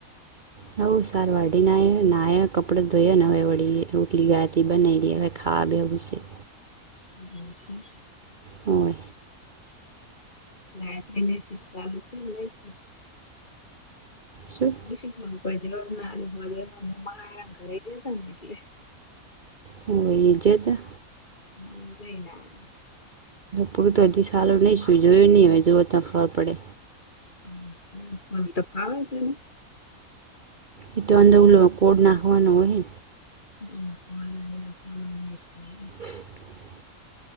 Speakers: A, on the right (about 40°); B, on the left (about 35°).
A: હવ, સાર વાઢી ને આઈ, નાયા કપડ ધોયો, હવે વળી રોટલી આટલી બનાઈ રઈ હવે ખાવા બેહવું શે.
B: એવુ શે <unintelligible>
A: હોય
B: ગાયત્રીની સીફ ચાલુ થી ક નઈ થી.
A: શું
B: હુ પુશી પણ કોઈ એ જવાબ ના આલયો, વધારાનું માર હા હરાન ઘરે ગયા તાન એટલે.
A: હોવે ઈ જ્યાતા.
B: હવ, જઈન આયા.
A: પોર તો હજી સાલુ ની શયું, જોયું ની હોય, જોવે તો ખબર પડે.
B: એવુ શે, ફોલતા ફાવે તને?
A: ઈ તો અંદર ઉલો કોડ નાખવાનું અહે.
B: <unintelligible>
A: <unintelligible>